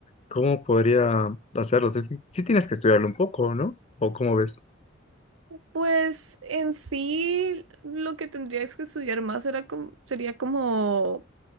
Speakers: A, on the left; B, on the right.
A: ¿cómo podría hacerlo? O sea, sí, sí tienes que estudiarlo un poco, ¿no? ¿O cómo ves?
B: Pues en sí lo que tendrías que estudiar más era como, sería como